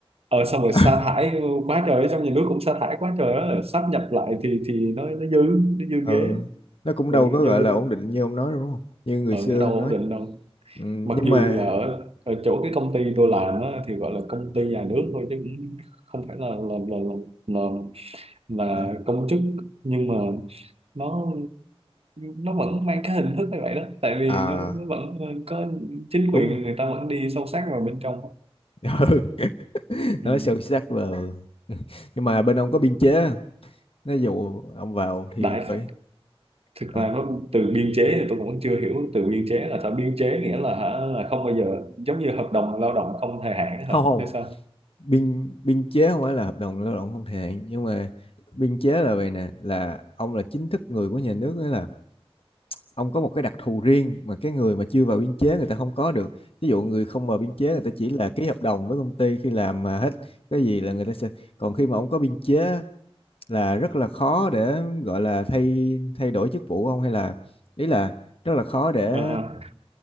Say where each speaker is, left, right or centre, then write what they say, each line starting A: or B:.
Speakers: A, on the right; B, on the left.
A: ờ xong rồi
B: <laughs>
A: sa thải ừ, quá trời ấy, xong nhà nước cũng sa thải quá trời á sắp nhập lại thì thì nó nó dư nó dư
B: ừ
A: ghế
B: nó cũng
A: ừ
B: đâu có
A: nó
B: gọi
A: dư
B: là ổn định như ông nói đâu đúng không như người
A: ừ
B: xưa
A: nó đâu
B: nói
A: ổn định đâu
B: ừ, nhưng
A: mặc dù
B: mà
A: là ở, ở chỗ cái công ty tôi làm á thì gọi là công ty nhà nước thôi chứ cũng không phải là là là là, là, là
B: à
A: công chức nhưng mà nó nó vẫn mang cái hình thức như vậy đó tại vì
B: à,
A: nó, nó vẫn ờ, có chính
B: đúng
A: quyền người ta vẫn đi sâu sát vào bên trong á.
B: ừ. <laughs>
A: ừ.
B: nói sâu sắc vào nhưng mà bên ông có biên chế không? nếu dụ ông vào thì
A: đại
B: phải
A: thực
B: à,
A: ra nó từ biên chế thì tôi cũng chưa hiểu từ biên chế là sao biên chế nghĩa là hả là không bao giờ giống như hợp đồng lao động không thời hạn á
B: không
A: hả
B: không
A: hay sao
B: biên biên chế không phải là hợp đồng lao động không thời hạn nhưng mà biên chế là vậy nè là ông là chính thức người của nhà nước nghĩa là ông có một cái đặc thù riêng mà cái người mà chưa vào biên chế người ta không có được ví dụ người không vào biên chế người ta chỉ là ký hợp đồng với công ty khi làm mà hết cái gì là người ta sẽ còn khi mà ông có biên chế là rất là khó để gọi là thay thay đổi chức vụ không hay là ý là rất là khó để
A: Ờ, ờ,